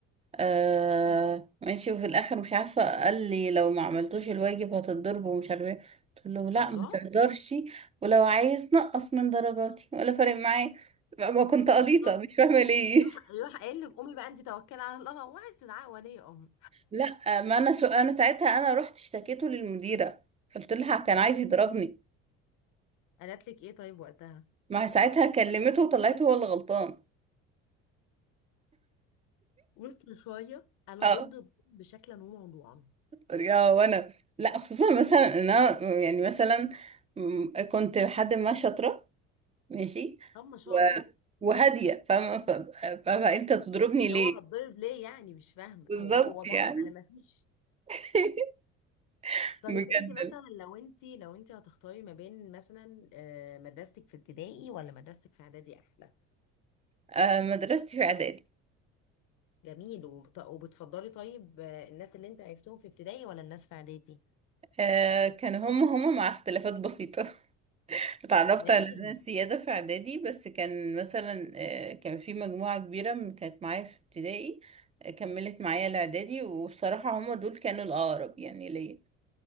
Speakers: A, on the right; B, on the left.
A: آه
B: مم.
A: ماشي وفي الآخر مش عارفة قال لي لو ما عملتوش الواجب هتتضرب ومش عارفة ايه قلت له لا
B: الله
A: ما تقدرش ولو عايز نقص من درجاتي ولا فارق معايا ما ما كنت قليطة
B: بالظبط
A: مش فاهمة ليه
B: يروح يروح قايل لك قومي بقى انت توكلي على الله وعايز تدعي ولي امر
A: <laughs> لا ما انا سو... انا ساعتها انا رحت اشتكيته للمديرة قلت لها كان عايز يضربني
B: قالت لك ايه طيب وقتها
A: ما ساعتها كلمته وطلعته هو اللي غلطان
B: قلت شويه انا
A: آه.
B: ضد الضرب بشكلا وموضوعا
A: يا وانا لا خصوصا مثلا ان انا يعني مثلا م- كنت لحد ما شاطره ماشي
B: طب ما شاء
A: و-
B: الله
A: وهاديه فاهمه ف- فانت تضربني
B: اللي
A: ليه
B: هو هتضرب ليه يعني مش فاهمه
A: بالظبط
B: هو هو ضرب
A: يعني
B: على ما فيش
A: <laughs>
B: طيب
A: بجد
B: انت مثلا لو انت لو انت هتختاري ما بين مثلا آه، مدرستك في ابتدائي ولا مدرستك في اعدادي احلى
A: آه، مدرستي في اعدادي
B: جميل وبت- وبتفضلي طيب آه، الناس اللي انت عرفتهم في ابتدائي ولا الناس في اعدادي
A: آه، كانوا هم هم مع اختلافات بسيطة <laughs> اتعرفت
B: تمام
A: على لجنة سيادة في اعدادي بس كان مثلا آه، كان في مجموعة كبيرة من كانت معايا في ابتدائي آه، كملت معايا الاعدادي والصراحة هم دول كانوا الأقرب يعني ليا